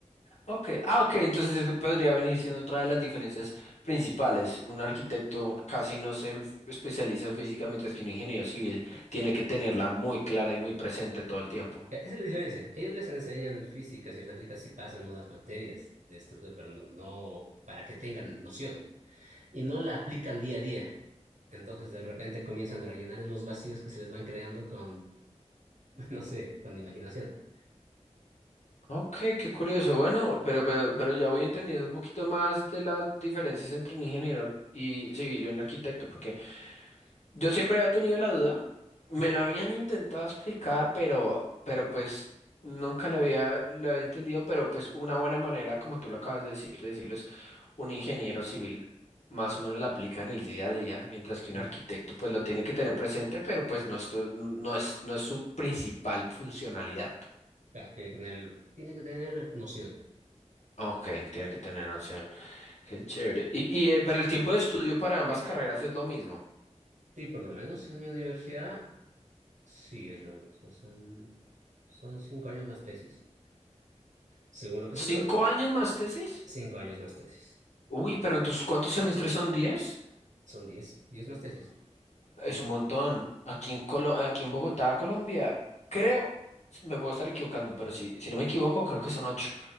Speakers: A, on the left; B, on the right.
A: Ok, ah, ok, entonces eso podría venir siendo otra de las diferencias principales. Un arquitecto casi no se enf- especializa en física, mientras que un ingeniero civil tiene que tenerla muy clara y muy presente todo el tiempo.
B: Ya, Esa es la diferencia. Ellos les enseñan física, cierta física, sí pasan unas materias de estructura, pero no, no para que tengan noción. Y no la aplican día a día. Entonces, de repente comienzan a rellenar los vacíos que se les van creando con, <laughs> no sé, con imaginación.
A: Ok, qué curioso. Bueno, pero, pero, pero ya voy entendiendo un poquito más de las diferencias entre un ingeniero y civil y un arquitecto, porque Yo siempre había tenido la duda, me
B: Ujú.
A: lo habían intentado explicar, pero, pero pues nunca le había, lo había entendido, pero pues una buena manera, como tú lo acabas de decir, de decirlo es un ingeniero civil más o menos la aplica en el día a día, mientras que un
B: <laughs> Ujú.
A: arquitecto pues lo tiene que tener presente, pero pues no, esto- no es, no es su principal funcionalidad.
B: Claro, tiene que tener, tiene que tener noción.
A: Ok, tiene que tener noción. Qué chévere. Y, y, eh, pero el tiempo de estudio para ambas carreras es lo mismo.
B: Sí, por lo menos en mi universidad, sí es lo mismo. Son, son cinco años más tesis. Según lo que
A: ¿Cinco
B: sé, pero
A: años más tesis?
B: cinco años más tesis.
A: Uy, pero entonces ¿cuántos semestres son diez?
B: Son diez, diez más tesis.
A: Es un montón. Aquí en Colo- aquí en Bogotá, Colombia, creo, me puedo estar equivocando, pero si si no me equivoco, creo que son ocho.